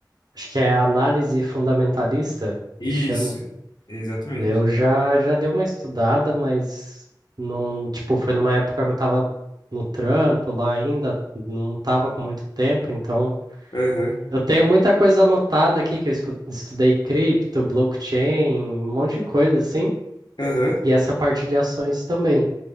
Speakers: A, on the right (about 60°); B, on the left (about 65°).
A: acho que é análise fundamentalista
B: Isso.
A: que chama.
B: Exatamente.
A: Eu já já dei uma estudada, mas não, tipo, foi numa época que eu tava no trampo lá ainda, não tava com muito tempo, então
B: Aham.
A: eu tenho muita coisa anotada aqui que eu escu- estudei cripto, blockchain, um monte de coisa assim,
B: Aham.
A: e essa parte de ações também.